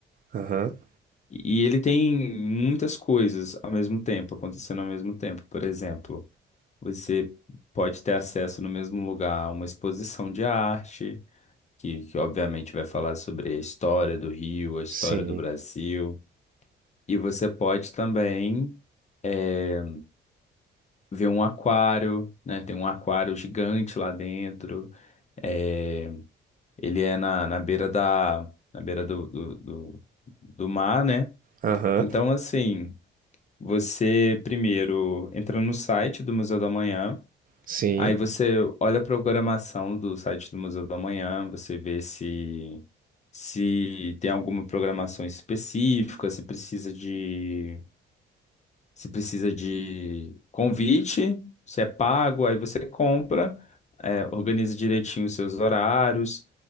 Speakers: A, on the right; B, on the left.
A: Aham,
B: e ele tem muitas coisas ao mesmo tempo, acontecendo ao mesmo tempo. Por exemplo, você pode ter acesso no mesmo lugar a uma exposição de arte, que, que obviamente vai falar sobre a história do Rio, a história
A: sim.
B: do Brasil. E você pode também eh, ver um aquário, né? Tem um aquário gigante lá dentro. É, ele é na, na beira da, na beira do, do, do, do mar, né?
A: Aham,
B: Então, assim, você primeiro entra no site do Museu da Manhã,
A: sim.
B: aí você olha a programação do site do Museu da Manhã, você vê se, se tem alguma programação específica, se precisa de você precisa de convite, você é pago, aí você compra, é, organiza direitinho os seus horários